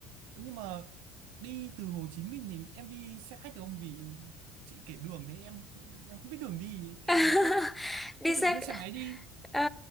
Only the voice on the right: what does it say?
nhưng mà đi từ Hồ Chí Minh thì em đi xe khách được không vì chị kể đường thế em em không biết đường đi hay
với hay,
hay
tự thuê xe máy đi